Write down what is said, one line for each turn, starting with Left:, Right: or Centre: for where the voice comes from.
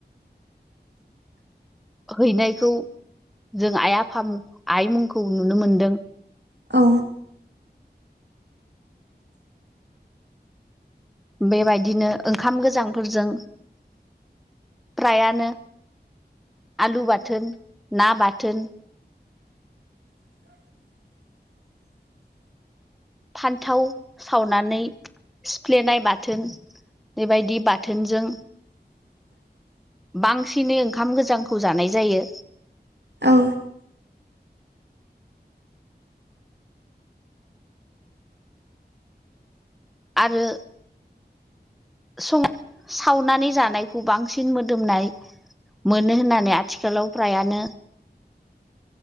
Centre: हैनायखौ जों आइ आफा आइ मुंखौ नुनो मोनदों
Right: औ
Centre: बेबायदिनो ओंखाम गोजांफोरजों फ्रायानो आलु बाथोन ना बाथोन
Right: <inaudible>
Centre: फान्थाव सावनानै सिफ्लेनाय बाथोन बेबायदि बाथोनजों
Right: <inaudible>
Centre: बांसिनै ओंखाम गोजांखौ जानाय जायो
Right: औ
Centre: आरो सं सावनानै जानायखौ बांसिन मोदोमनाय मोनो होननानै आथिखालाव फ्रायानो